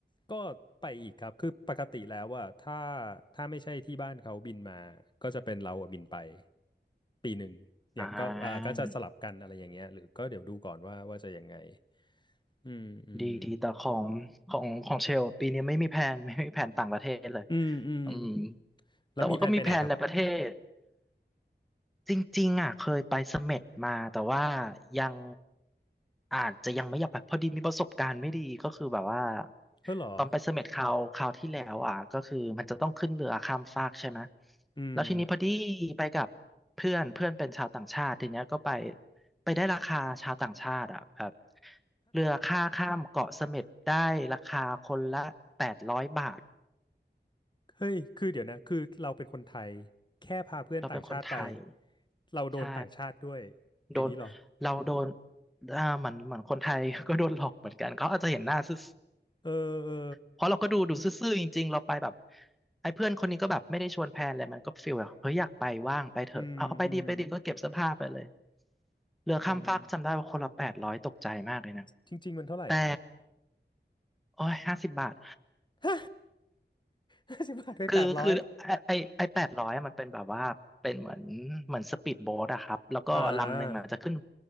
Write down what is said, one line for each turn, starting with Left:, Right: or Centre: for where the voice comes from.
Left: ก็ไปอีกครับคือปกติแล้วว่าถ้าถ้าไม่ใช่ที่บ้านเขาบินมาก็จะเป็นเราอะบินไปปีหนึ่งอย่างก็อ่าก็จะสลับกันอะไรอย่างเงี้ยหรือก็เดี๋ยวดูก่อนว่าว่าจะยังไง
Centre: อ่า
Left: อืมอืม
Centre: ดีดีแต่ของของของเชลปีนี้ไม่มีแผน <laughs> ไม่มีแผนต่างประเทศเลย
Left: อืมอืม
Centre: อืม
Left: แล้วมีแผนไปไหนครับ
Centre: แต่ว่าก็มีแผนในประเทศ จริงๆอ่ะเคยไปเสม็ดมาแต่ว่ายังอาจจะยังไม่อยากไปพอดีมีประสบการณ์ไม่ดีก็คือแบบว่า
Left: เออเหรอ
Centre: ตอนไปเสม็ดคราวคราวที่แล้วอ่ะก็คือมันจะต้องขึ้นเรือข้ามฟากใช่ไหม
Left: อืม
Centre: แล้วทีนี้พอดีไปกับเพื่อนเพื่อนเป็นชาวต่างชาติทีเนี้ยก็ไปไปได้ราคาชาวต่างชาติอ่ะแบบเรือค่าข้ามเกาะเสม็ดได้ราคาคนละแปดร้อยบาท
Left: เฮ้ยคือเดี๋ยวนะคือเราเป็นคนไทยแค่พาเพื่อนต่างชาติไป
Centre: เราเป็นคนไทย
Left: เราโดนต่างชาติด้วย
Centre: ใช่ โดน
Left: อย่างนี้เหรอ
Centre: เราโดนอ่าเหมือนเหมือนคนไทย <laughs> ก็โดนหลอกเหมือนกันเขาอาจจะเห็นหน้าซื่อ
Left: เออเออ
Centre: เพราะเราก็ดูดูซื่อๆจริงๆเราไปแบบไอ้เพื่อนคนนี้ก็แบบไม่ได้ชวนแพลนอะไรมันก็ฟีลแบบเฮ้ยอยากไปว่างไปเถอะเอาเอาไปดีไปดีก็เก็บเสื้อผ้าไปเลย
Left: อืมอืม
Centre: เรือข้ามฟากจำได้ว่าคนละแปดร้อยตกใจมากเลยนะ
Left: อืมจริงๆมันเท่าไหร่อะครับ
Centre: แต่
Left: <laughs>
Centre: โอ้ยห้าสิบบาท
Left: ฮห้าสิบบาทไปแปดร้อย
Centre: คือคือไอไอแปดร้อยมันเป็นแบบว่าเป็นเหมือนเหมือนสปีดโบ๊ทอะครับแล้วก็ลำหนึ่งมันจะขึ้น
Left: อ่า